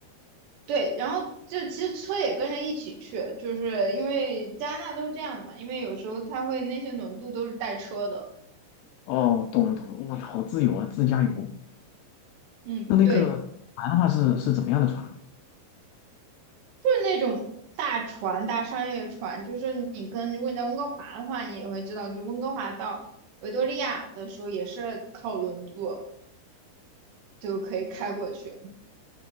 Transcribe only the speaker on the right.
对，然后就其实车也跟着一起去，就是因为加拿大都是这样的嘛，因为有时候它会那些轮渡都是带车的。
嗯，
对。就是那种大船、大商业船，就是你跟如果你在温哥华的话，你也会知道，就温哥华到维多利亚的时候也是靠轮渡就可以开过去，